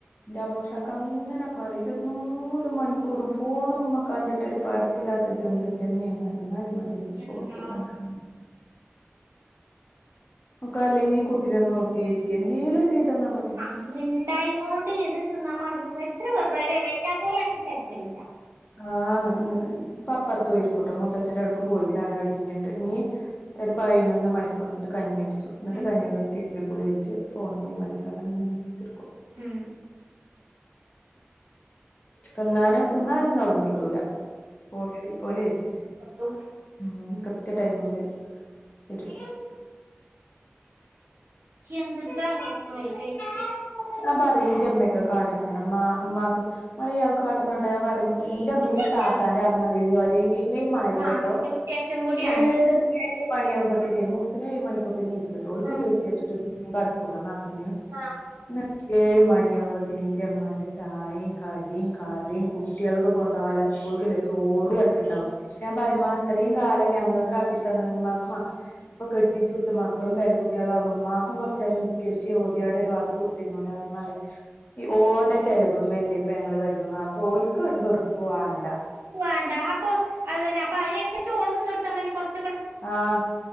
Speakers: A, on the left (about 45°); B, on the right (about 80°).
A: ൻ്റമ്മുഷാക്കങ്ങനെ പറയും <unintelligible> മൂല് മണിക്കൂറും ഫോണുമ്മെ കണ്ടിട്ട് ഒരു പടപ്പില്ലാത്ത ജന്തുജ്ജന്നെണ് പറയുംന്നാലും <unintelligible>
B: എന്താ
A: ഓക്കാ അല്ലെങ്കീ കുട്ടിനെന്നോക്കിരിക്ക എന്തേലും ചെയ്തന്നാ മതി
B: <unintelligible>
A: ആഹ് ന്ന് പ്പപ്പറത്ത് പോയിരിക്കോട്ടോ മുത്തച്ഛന്റെ അവിടുക്ക് പോയി ചായുടി കയിഞ്ഞിട്ട് ഇനി ഒരു പയ്നൊന്ന് മണിക്ക് വന്നിട്ട് കഞ്ഞിടിക്കു എന്നിട്ട്
B: ഉം
A: കഞ്ഞൂടി കഴിഞ്ഞ്ട്ട് <unintelligible> ഫോണുമ്മേ കളിച്ചാവിടങ്ങനെകുത്തിർക്കും
B: ഹും
A: തിന്നാനും തിന്നാനൊന്നും അവിട്ന്ന് ഇട്ടൂല ഓല ഓല് വെച്ച്‌
B: ഒത്തും
A: ഉം കൃത്യ ടൈമില് വരും
B: <unintelligible>
A: <unintelligible>
B: ആയിക്കഴിഞ്ഞാല്
A: ഞാൻ പറയും എന്റെമ്മക്കെ കാട്ടണണ്ട് മ്മ ഇമ്മാക്ക് മളിയ കാട്ടണണ്ട ഞാൻ പറയും എന്റെ ഉമ്മീ
B: ഇന്റെ
A: താക്കാന്റെ <unintelligible> ഒരേ മാരിയട്ടോ
B: ആഹ് ശേഷം കൂടിയാണ്
A: ഏഴ് ഏഴു മണിയാവുമ്പഴത്തേന്ന് മൂസിനു ഏഴ് മണിക്കൊക്കെ ഇണീച്ചുട്ടോ ഓള്
B: ആഹ്
A: സുബൈസ്കരിച്ചിട്ട് പിന്നേം കിടക്കും കുട്ട നാത്തൂന്
B: ആഹ്
A: ഇന്ന് ഏഴ് മണിയാമ്പോത്തേന് ഇന്റെമ്മാന്റെ ചായേം കടീം കറീം കുട്ട്യൾക്ക് കൊണ്ടുപോവാല്ല സ്കൂളിക്കുള്ള ചോറുവായിട്ടുണ്ടാവും ഞാൻ പറയുമ്മാ ഇത്രേം കാലം ഞങ്ങക്കാക്കി തന്ന ഉമ്മാക്ക് മാ ഇപ്പൊ കെട്ടിച്ചിട്ട് മക്കളും പേരക്കുട്ടികളാമ്പ ഇമ്മാക്കും കൊറച്ചേരം നിസ്സ് കെരിച്ച് ഓതിയോടെ ഒരു ഭാത്ത് കുത്തി ഇരുന്നൂടെമ്മാറയു ഈ ഓന്റെ ചെലവും മേല്ല് ഇപ്പ ഞങ്ങള് കഴിച്ചുന്നാ അപ്പൊ ഓന്ക്ക് ഒരു വെറുപ്പ് വാണ്ട
B: വേണ്ടാപ്പൊ അതന്നെ അപ്പൊ അയ്നനുസരിച്ച് ഓളും നിന്നൊടുത്താ മതി കൊറച്ച്
A: ആഹ്